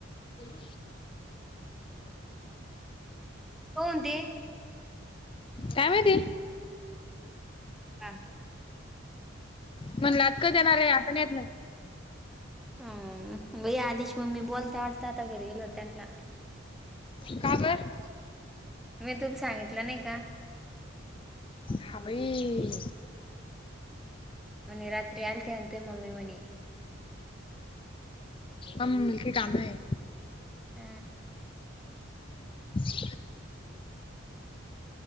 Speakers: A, on the left (about 25°); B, in the centre.
A: म
B: कोनते
A: काय माहिती
B: हा
A: म्हणलातकत येणार आहे आता येत नाही
B: हम बै आधिश मम्मी बोलते वाटत आता घरी गेलवर त्यांना
A: का बर
B: मी तु सांगितलं नाही का
A: हभी
B: म रात्री आल त्यांतुय मम्मी मणे
A: आम मलकी काम आहे
B: अ
A: <inaudible>